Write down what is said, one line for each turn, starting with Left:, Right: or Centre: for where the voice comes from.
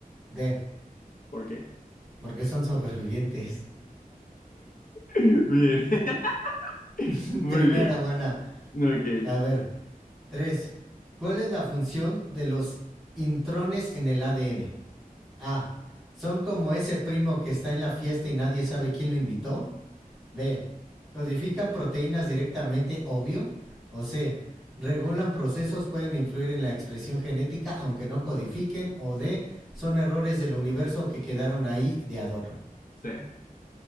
Centre: D
Left: ¿Por qué?
Centre: porque son sobrevivientes.
Left: Sí. <laughs> Bien. <laughs>
Centre: <laughs>
Left: Muy
Centre: Primera
Left: bien.
Centre: buena.
Left: Ok.
Centre: A ver. 3. ¿Cuál es la función de los intrones en el ADN? A. Son como ese primo que está en la fiesta y nadie sabe quién lo invitó. B. Codifican proteínas directamente, obvio. O C. Regulan procesos, pueden influir en la expresión genética, aunque no codifiquen. O D. Son errores del universo que quedaron ahí de adorno.
Left: Sí.